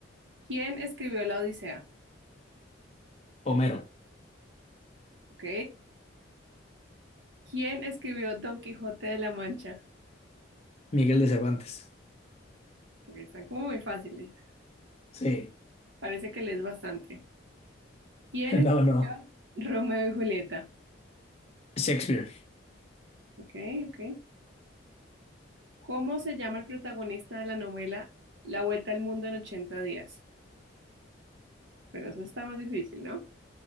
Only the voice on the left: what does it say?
Homero.
Miguel de Cervantes.
Sí.
<laughs>
No, no.
Shakespeare.